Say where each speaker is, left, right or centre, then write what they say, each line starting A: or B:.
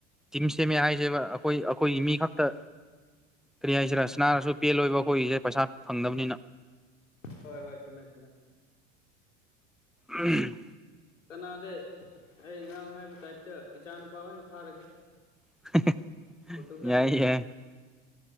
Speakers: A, in the centre; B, on the left.
A: ꯌꯨꯝ ꯁꯦꯝꯃꯦ ꯍꯥꯏꯁꯦꯕ ꯑꯈꯣꯏ ꯑꯈꯣꯏꯒꯤ ꯃꯤ ꯈꯛꯇ ꯀꯔꯤ ꯍꯥꯏꯁꯤꯔ ꯁꯅꯥꯔꯁꯨ ꯄꯦꯜꯂꯣꯏꯕ ꯑꯩꯈꯣꯏꯒꯤꯁꯦ ꯄꯩꯁꯥ ꯐꯪꯗꯕꯅꯤꯅ
B: ꯍꯣꯏ ꯍꯣꯏ ꯆꯨꯝꯃꯦ ꯆꯨꯝꯃꯦ
A: ꯎꯝ
B: ꯀꯅꯥꯗꯦ ꯑꯩ ꯉꯔꯣꯡ ꯍꯥꯏꯕ ꯇꯥꯏꯞꯇ ꯏꯆꯥꯅꯨꯄꯥ ꯑꯣꯏꯅ ꯊꯥꯔꯒꯦ
A: <unintelligible>
B: ꯄꯣꯔꯇꯨꯒꯜ
A: ꯌꯥꯏ ꯌꯥꯏ